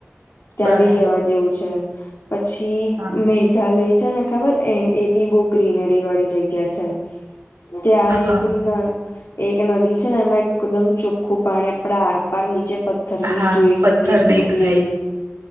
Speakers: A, on the left; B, on the right.
A: ત્યાં
B: બરાબર
A: બી જવા જેવું છે, પછી
B: હા
A: મેઘાલય છે ને. ખબર એ એ બી બહુ ગ્રીનરી વાળી જગ્યા છે. ત્યાં
B: હા
A: એક. એક નદી છે ને એમાં એકદમ ચોખ્ખું પાણી આપડા આરપાર નીચે પ પથર બી
B: હા
A: જોઈ
B: પથ્થર
A: શકે એટલું
B: દેખાય.
A: ક્લીન.